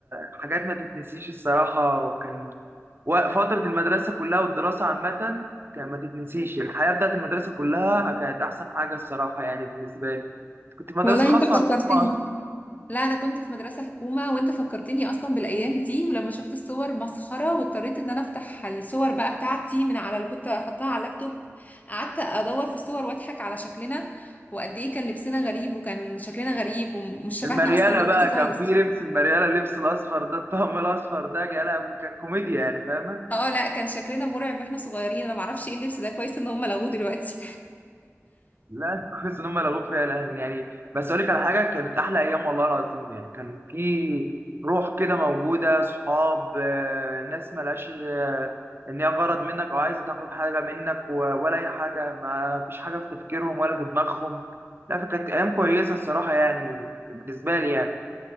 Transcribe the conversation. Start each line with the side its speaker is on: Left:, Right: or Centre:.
Right: حاجات ما تتنسيش الصراحه وكان و- فتره المدرسه كلها والدراسه عامه كان ما تتنسيش الحياه بتاعت المدرسه كلها كانت احسن حاجه الصراحه يعني بالنسبه لي كنت في مدرسه
Left: والله
Right: خاصه
Left: انت فكرتني
Right: ولا
Left: لا انا كنت في مدرسه حكومه وانت فكرتني اصلا بالايام دي ولما شفت الصور مسخره واضطريت ان انا افتح الصور بقى بتاعتي من على اللي كنت حطاها على اللابتوب قعدت ادور في الصور واضحك على شكلنا وقد ايه كان لبسنا غريب وكان شكلنا غريب ومش شبهنا
Right: المريالة
Left: اصلا دلوقتي
Right: بقى
Left: خالص
Right: كان في لبس المريالة اللبس الأصفر ده الطقم الأصفر ده يا لهوي كان كوميديا يعني فاهمة؟
Left: اه لا كان شكلنا مرعب واحنا صغيرين انا معرفش ايه اللبس ده كويس ان هم لغوه دلوقتي
Right: لا كويس إن هم لغوا فيها الآن يعني بس أقول لك على حاجة كانت أحلى أيام والله العظيم يعني كان في روح كده موجودة صحاب آه، ناس ملهاش آه، إن هي غرض منك أو عايزة تاخد حاجة منك و- ولا أي حاجة ما فيش حاجة في تفكيرهم ولا في دماغهم لا فكانت أيام كويسة الصراحة يعني بالنسبة لي يعني